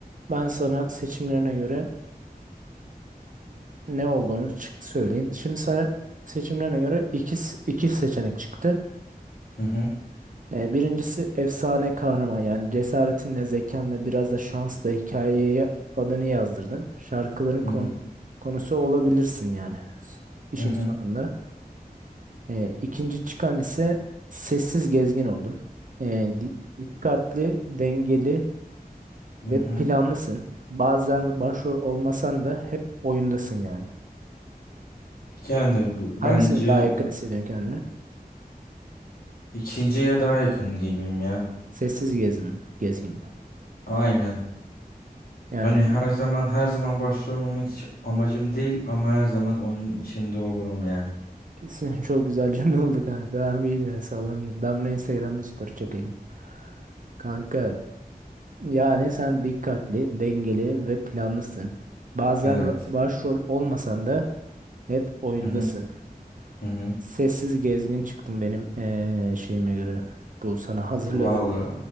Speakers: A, on the right (about 55°); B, on the left (about 70°).
A: ben sana seçimlerine göre ne olduğunu çık- söyleyeyim. Şimdi sana seçimlerine göre iki, s- iki seçenek çıktı.
B: Hı hı.
A: Ee, birincisi efsane kahraman yani cesaretinle, zekanla, biraz da şansla hikayeye adını yazdırdın. Şarkıların
B: Hı
A: kon-
B: hı.
A: konusu olabilirsin yani s- işin
B: Hı hı.
A: sonunda. Ee, ikinci çıkan ise sessiz gezgin oldun. Ee, di- dikkatli, dengeli ve
B: Hı hı.
A: planlısın. Bazen başrol olmasan da hep oyundasın yani.
B: Yani b-
A: Hangisine
B: bence
A: daha yakın hissediyorsun kendini?
B: ikinciye daha yakın gibiyim ya.
A: Sessiz gezgin, gezgin mi?
B: Aynen.
A: Yani
B: Hani her
A: bir-
B: zaman her zaman başrol olmak hiç amacım değil ama her zaman oyunun içinde olurum yani.
A: ikisini <laughs> çok güzel cümle oldu kanka. Harbiydi ya, sağlam cümle. Ben bunu Instagram'da story çekeyim. Kanka yani sen dikkatli, dengeli ve planlısın. Bazen
B: Evet.
A: ra- başrol olmasan da hep oyundasın.
B: Hı hı. Hı hı.
A: Sessiz gezgin çıktım benim eee, şeyime göre. Bu sana hazırladığım
B: Vallahi